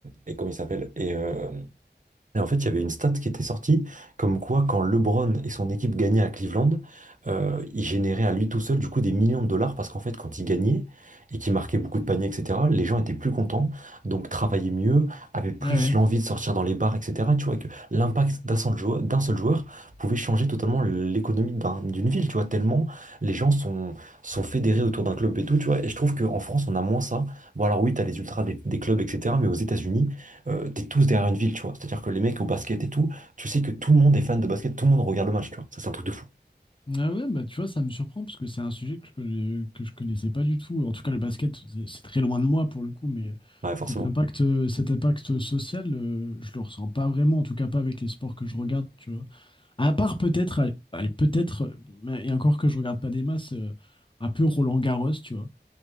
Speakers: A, on the right; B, on the left.
A: et comment il s'appelle? Et, euh, et en fait, il y avait une stat qui était sortie, comme quoi quand LeBron et son équipe gagnaient à Cleveland, euh, il générait à lui tout seul du coup des millions de dollars parce qu'en fait, quand il gagnait et qu'il marquait beaucoup de paniers, etc., les gens étaient plus contents, donc travaillaient mieux, avaient plus
B: Ah ouais.
A: l'envie de sortir dans les bars, etc. Tu vois, et que l'impact d'un seul joueur, d'un seul joueur pouvait changer totalement l'économie d'un- d'une ville, tu vois, tellement les gens sont, sont fédérés autour d'un club et tout, tu vois. Et je trouve qu'en France, on a moins ça. Bon, alors oui, t'as les ultras des, des clubs, etc., mais aux États-Unis, euh, t'es tous derrière une ville, tu vois. C'est-à-dire que les mecs au basket et tout, tu sais que tout le monde est fan de basket, tout le monde regarde le match, tu vois. Ça, c'est un truc de fou.
B: Ah ouais, bah tu vois, ça me surprend parce que c'est un sujet que je, connais- que je connaissais pas du tout. En tout cas, le basket, c'est c'est très loin de moi pour le coup, mais
A: Ouais, forcément.
B: cet impact, euh, cet impact social, euh, je le ressens pas vraiment, en tout cas pas avec les sports que je regarde, tu vois. À part peut-être, allez, allez, peut-être, euh, mais- et encore que je regarde pas des masses, euh, un peu Roland-Garros, tu vois.